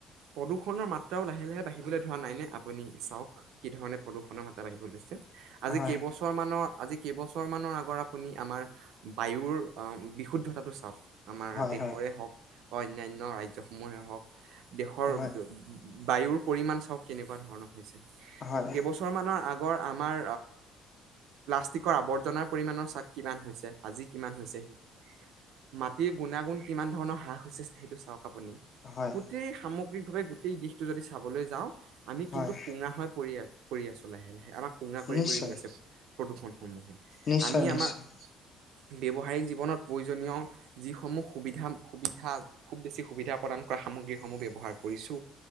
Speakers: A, on the right; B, on the left.
A: প্ৰদূষণ মাত্ৰাও লাগে। লাহে লাহে বাঢ়িবলৈ ধৰা নাই নে আপুনি চাওক কি ধৰণে প্ৰদূষণৰ মাতা বাঢ়িব লৈছে। আজি
B: হয়
A: কেইবছৰ মানৰ আজি কেইবছৰ মানৰ আগৰ আপুনি আমাৰ বায়ুৰ বিশুদ্ধতাটো চাওক। আমাৰ
B: হয়
A: দেশৰে
B: হয়
A: হওক, বা অন্যান্য ৰাজ্যসমূহে হওক দেশৰ
B: হয়
A: বায়ুৰ পৰিমাণ চব কেনেকুৱা ধৰণৰ।
B: হয়
A: কেইবছৰ মানৰ আগত আমাৰ প্লাষ্টিকৰ আৱৰ্জনাৰ পৰিমাণ চাক কিমান হৈছে। আজি কিমান হৈছেহি। মাটিৰ গুণাগুণ কিমান ধৰণৰ হ্ৰাস হৈছে সেইটো চাওক। আপুনি
B: হয়
A: গোটেই
B: হয়
A: সামগ্ৰী। গোটেই যদি চাবলৈ যাওঁ আমি
B: হয়
A: কিন্তু কোঙা হৈ পৰি আছো। কৰি আছো। লাহে লাহে আমাক কুঙা কৰি
B: নিশ্চয়
A: কৰি গইছে প্ৰদূষণ সমূহে,
B: নিশ্চয়
A: আমি
B: নিশ্চয়
A: আমাৰ ব্যৱহাৰিক জীৱনত প্ৰয়োজনীয় যিসমূহ সুবিধা, সুবিধা খুব বেছি সুবিধা প্ৰদান কৰা সামগ্ৰীসমূহ ব্য্ৱহাৰ কৰিছো।